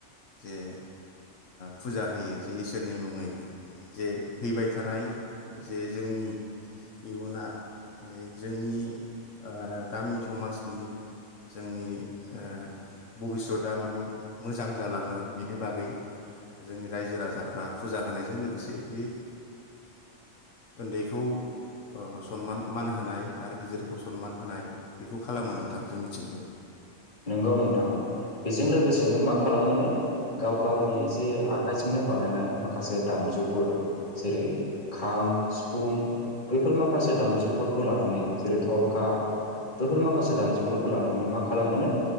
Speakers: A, on the left; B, on the left.
A: जे फुजा ओ होयो जे इसोरनि मुङै जे फैबाय थानाय जे जोंनि इयुना माने जोंनि ओ गामि समाज जोंनि ओ भबिसतआ माने मोजां जालाङो बेनि बागै जोंनि रायजो राजाफ्रा फुजा होनायजों लोगोसे बे उन्दैखौ ओ सनमान मान होनाय आरो गिदिरखौ सनमान होनाय बेखौ खालामो नोंथां जोंनिथिंबो।
B: नंगौ नोंथां बेजों लोगोसेनो मा खालामोनो। गाव गावनि जे आखाइजोंनो बानायनाय माखासे दामजुफोर जेरै खाम सिफुं बैफोर माखासे दामजुफोरखौ लानानै जेरै थरखा बैफोर माखासे दामजुफोरखौ लानानै मा खालामोनो